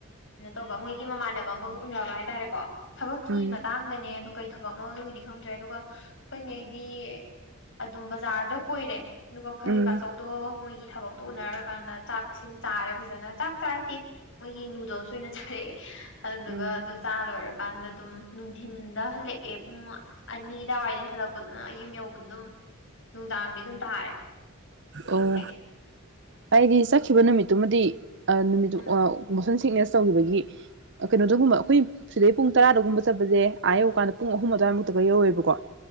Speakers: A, on the left; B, on the right.
A: ꯀꯩꯅꯣ ꯇꯧꯕ ꯃꯣꯏꯒꯤ ꯃꯃꯥꯟꯅꯕ ꯑꯃꯒ ꯎꯅꯕ ꯍꯥꯏꯇꯥꯔꯦꯀꯣ ꯊꯕꯛꯀꯤ
B: ꯎꯝ
A: ꯃꯇꯥꯡ ꯑꯗꯨꯣ ꯀꯩ ꯊꯕꯛꯅꯣ ꯑꯗꯨꯒꯤꯗꯤ ꯈꯪꯗ꯭ꯔꯦ ꯑꯗꯨꯒ ꯑꯩꯈꯣꯏꯉꯩꯗꯤ ꯑꯗꯨꯝ ꯕꯖꯥꯔꯗ ꯀꯣꯏꯔꯦ ꯑꯗꯨꯒ ꯑꯩꯈꯣꯏꯕꯥꯁꯧꯗꯣ
B: ꯎꯝ
A: ꯃꯣꯏꯒꯤ ꯊꯕꯛꯇꯣ ꯎꯅꯔꯀꯥꯟꯗ ꯆꯥꯛꯁꯤꯡ ꯆꯥꯔꯦ ꯐꯖꯅ ꯆꯥꯛ ꯆꯥꯔꯛꯇꯦ ꯃꯣꯏꯒꯤ ꯅꯨꯗꯜꯁ ꯑꯣꯏꯅ ꯆꯥꯔꯛꯑꯦ ꯑꯗꯨꯗꯨꯒ
B: ꯎꯝ
A: ꯑꯗꯨ ꯆꯥ ꯂꯣꯏꯔꯀꯥꯟꯗ ꯑꯗꯨꯝ ꯅꯨꯡꯗꯤ ꯍꯤꯟꯗ ꯍꯜꯂꯛꯑꯦ ꯄꯨꯡ ꯑꯅꯤ ꯑꯗꯨꯗꯥꯋꯥꯏꯗꯩ ꯍꯜꯂꯛꯄꯗꯨꯅ ꯌꯨꯝ ꯌꯧꯕꯗ ꯑꯗꯨꯝ ꯅꯨꯡꯗꯥꯡꯗꯤ ꯑꯗꯨꯝ ꯇꯥꯔꯦ ꯊꯦꯡ
B: ꯑꯣ
A: ꯊꯦꯡꯉꯦ
B: ꯑꯩꯗꯤ ꯆꯠꯈꯤꯕ ꯅꯨꯃꯤꯠꯇꯨꯃꯗꯤ ꯅꯨꯃꯤꯠꯁꯟ
A: ꯎꯝ
B: ꯐꯤꯛꯅꯦꯁ ꯇꯧꯈꯤꯕꯒꯤ ꯀꯩꯅꯣꯗꯒꯨꯝꯕ ꯑꯩꯈꯣꯏ ꯁꯤꯗꯩ ꯄꯨꯡ ꯇꯔꯥꯗꯒꯨꯝꯕ ꯆꯠꯄꯁꯦ ꯑꯥ ꯌꯧꯀꯥꯟꯗ ꯄꯨꯡ ꯑꯍꯨꯝ ꯑꯗꯨꯋꯥꯏꯃꯨꯛꯇꯒ ꯌꯧꯋꯦꯕꯀꯣ